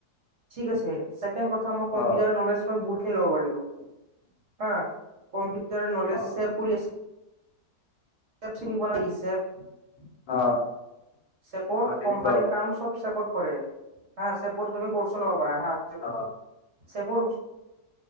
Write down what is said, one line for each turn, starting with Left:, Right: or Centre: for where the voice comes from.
Right: ঠিক আছে চেকেণ্ কথা মই কম্পউটাৰৰ
Left: অ
Right: নলেজ বহুত খিনি লব পাৰিলো <unintelligible> হা কম্পিউটাৰ নলেজ
Left: অ
Right: চ প আ <unintelligible> প চিনিব নাইচেপ <unintelligible>
Left: অ
Right: চেপত
Left: অ তেনেকুৱা
Right: কোম্পানীৰ কাম চব চেপত কৰে হা চেপোৰ তুমি কৰছ লব পাৰা হা
Left: অ
Right: চেপোৰ <unintelligible>